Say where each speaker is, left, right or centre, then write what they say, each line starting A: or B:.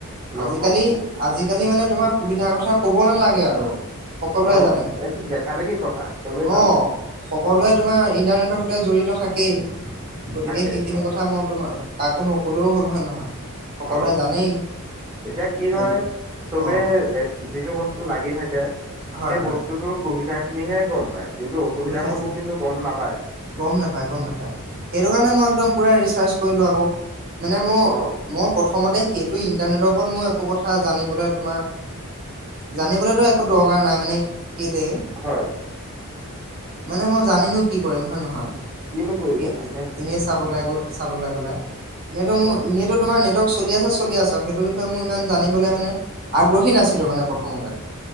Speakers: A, on the right (about 15°); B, on the right (about 40°).
A: নকওঁ
B: আজিকালি
A: অ',
B: আজিকালি মানে তোমাৰ সুবিধাৰ কথা ক'ব নালাগে আৰু সকলোৱে
A: অ'
B: জানে
A: এইটো দেখা দেখি কথা চবেই জানে
B: অ', সকলোৱে তোমাৰ ইণ্টাৰনেটৰ সৈতে জড়িত থাকেই গতিকে
A: থাকেই
B: সেইখিনি
A: হয়,
B: কথা মই তোমা কাকো নকলেও হ'ল হয় নহয় সকলোৱে
A: অ',
B: জানেই
A: এতিয়া কি
B: গতি
A: হয় চবেই
B: অ',
A: যিটো বস্তু লাগি থাকে
B: হয়
A: সেই
B: হয়
A: বস্তুটোৰ সুবিধা খিনিহে গম পায় কিন্তু অসুবিধা
B: সুবিধাহীন
A: সমূহ কিন্তু গম নাপায়
B: গম নাপায় গম নাপায় সেইটো কাৰণে মই একদম পূৰা ৰিচাৰ্জ কৰিলোঁ আকৌ মানে মোৰ
A: অ',
B: মই প্ৰথমতে সেইটো ইন্টাৰনেটৰ ওপৰত মোৰ একো কথা জানিবলৈ তোমাৰ জানিবলৈতো একো দৰকাৰ নাই মানে কেলে
A: হয়
B: মানে মই জানিনো কি কৰিম হয় নহয়
A: কিনো কৰিবা তাকেহে
B: এনে চাবলৈ গৈ চাবলৈ গ'লে সেইটো
A: হয়।
B: মোৰ ইউনিট সেইটো তোমাৰ নেটৱৰ্ক চলি আছে চলি আছে আও সেইটো বিষয়ে মোৰ ইমান জানিবলৈ মানে আগ্ৰহী নাছিলো মানে প্ৰথমতে